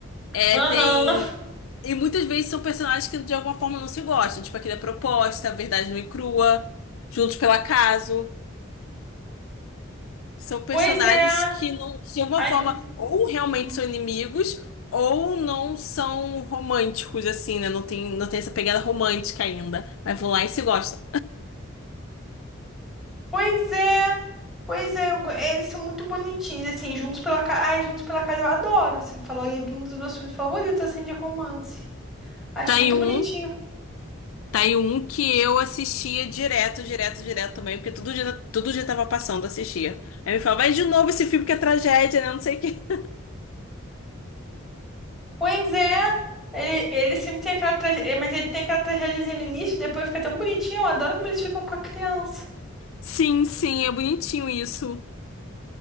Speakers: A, on the left (about 80°); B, in the centre.
A: é,
B: Aham.
A: tem... E muitas vezes são personagens que de alguma forma não se gostam. Tipo aquele da proposta, Verdade Nua e Crua, Juntos pelo Acaso. São personagens
B: Pois é.
A: que não, que de alguma
B: Ai,
A: forma,
B: jun-
A: ou realmente
B: jun-
A: são inimigos, ou não são românticos, assim, né? Não tem, não tem essa pegada romântica ainda. Mas vão lá e se gostam.
B: Pois é. Pois é. eu go- Eles são muito bonitinhos. Assim, Juntos pela Casa. Ai, Juntos pela Casa eu adoro. Você falou aí de um dos meus filmes favoritos, assim, de romance. Acho
A: Tá aí
B: muito
A: um,
B: bonitinho.
A: tá aí um que eu assistia direto, direto, direto também, porque todo dia, todo dia tava passando, assistia. Aí me falava, vai de novo esse filme que é tragédia, né? Não sei o quê.
B: Pois é. Ele, ele sempre tem aquela tragédia, mas ele tem aquela tragédia no início, depois fica tão bonitinho. Eu adoro como eles ficam com a criança.
A: Sim, sim, é bonitinho isso.